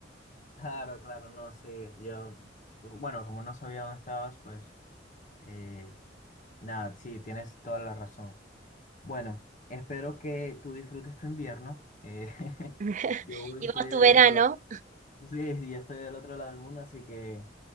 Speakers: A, on the left (about 45°); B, on the right (about 40°).
A: Claro, claro, no, sí, yo, bueno, como no sabía dónde estabas, pues, eh, nada, sí, tienes toda la razón. Bueno, espero que tú disfrutes tu invierno. eh, <laughs>
B: <laughs>
A: yo estoy
B: Y vos tu
A: del
B: verano,
A: otro lado, sí, sí, yo estoy del otro lado del mundo, así que